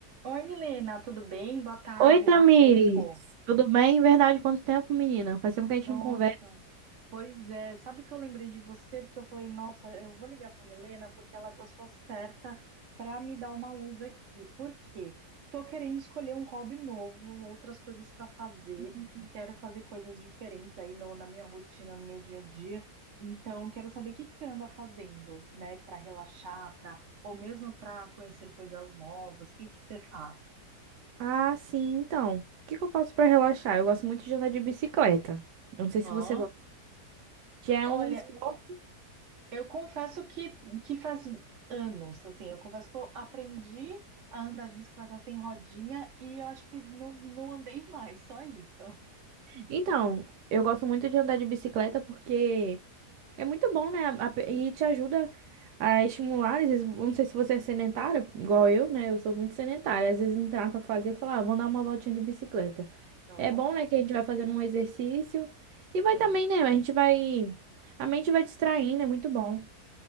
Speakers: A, on the right; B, on the right.
A: Oi, Milena, tudo bem? Boa tarde,
B: Oi, Tamires.
A: quanto tempo?
B: Tudo bem? Verdade, quanto tempo, menina? Faz tempo que a gente
A: Nossa,
B: não conversa.
A: Pois é, sabe que eu lembrei de você porque eu falei, nossa, eu vou ligar para Milena porque ela é a pessoa certa para me dar uma luz aqui. Por quê? Tô querendo escolher um hobby novo, outras coisas para fazer.
B: <laughs>
A: Quero fazer coisas diferentes aí no- na minha rotina, no meu dia a dia. Então, quero saber o que que você anda fazendo, né, para relaxar, para ou mesmo para conhecer coisas novas. O que que você faz?
B: Ah, sim, então. O que que eu faço pra relaxar? Eu gosto muito de andar de bicicleta. Eu Não sei
A: Ó,
B: se você gosta. Já é
A: Olha,
B: um esporte.
A: Eu confesso que, que faz anos, assim, eu confesso que eu aprendi a andar de bicicleta sem rodinha e eu acho que não, não andei mais, só isso.
B: Então, eu gosto muito de andar de bicicleta porque é muito bom, né? A- a- E te ajuda a estimular. Às vezes, eu não sei se você é sedentária, igual eu, né? Eu sou muito sedentária. Às vezes não tem nada pra fazer, eu falo, ah, vou dar uma voltinha de bicicleta.
A: Ó,
B: É bom, né, que a gente vai fazendo um exercício e vai
A: Sim,
B: também, né, a gente vai, a mente vai distraindo, é muito bom.